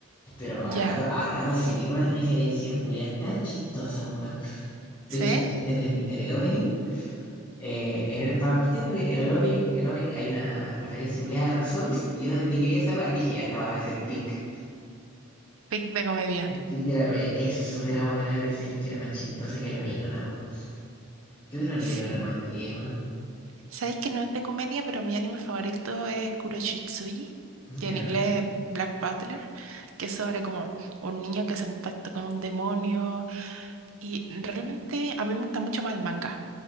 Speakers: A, on the left (about 20°); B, on the right (about 70°).
A: Pero a
B: Ya.
A: rato, a rato se tira unas referencias culiadas tan chistosas, weón. De
B: ¿Sí?
A: hecho, en el, en el opening, eh, en el- partiendo que en el opening, en el opening hay una referencia culiada a Dark Souls, y yo desde que vi esa weá dije, ya esta va a ser pick.
B: pick de comedia.
A: El pick de la comedia es súper buena, pero sí que era más chistosa que la mierda, weón. ¿Qué otro anime
B: Sí.
A: me recomendaría, weón?
B: ¿Sabéis que no es de comedia, pero mi anime favorito es Kuroshitsuji, que
A: Ya,
B: en inglés es Black Butler, que es sobre como un niño que hace un pacto con un demonio. Y realmente a mí me gusta mucho más el manga,